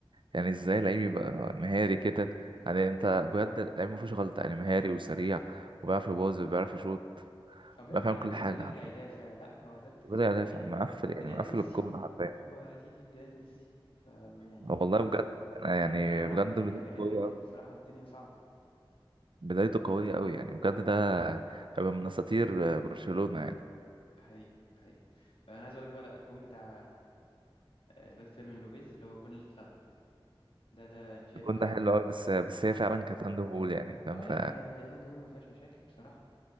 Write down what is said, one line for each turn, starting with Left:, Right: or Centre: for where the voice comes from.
Right: يعني ازاي لعيب يبقى مهاري كده يعني انت بجد لعيب مفيهوش غلطة يعني مهاري وسريع وبيعرف يباظ وبيعرف يشوط
Left: هو بيعمل
Right: بيعرف
Left: كل
Right: يعمل
Left: حاجة
Right: كل
Left: وبيرجع
Right: حاجة حرفيا
Left: يدافع لا هو ولد
Right: وبدا يدافع
Left: يعني
Right: مقفل
Left: بداية
Right: يعني مقفل
Left: ميسي
Right: الكورة حرفيا
Left: هو دي دي بداية ميسي ف يعني
Right: والله بجد أنا يعني
Left: ربنا معاكم
Right: بجد
Left: يعني
Right: بدايته
Left: جماهير ريال
Right: قوية
Left: مدريد
Right: أوي
Left: بصراحة الدنيا صعبة
Right: بدايته قوية أوي يعني بجد ده هيبقى من أساطير برشلونة يعني
Left: ده حقيقي ده حقيقي انا عايز اقول لك بقى لا الجون بتاع آه، الواد فيرمين لوبيز اللي هو الجون اللي اتلغى ده ده انا شايفه
Right: الجون
Left: كان
Right: ده حلو أوي بس بس هي فعلا كانت هاند بول يعني فاهم
Left: اه
Right: ف
Left: لا هي هي هاند بول ما فيهاش مشاكل بصراحه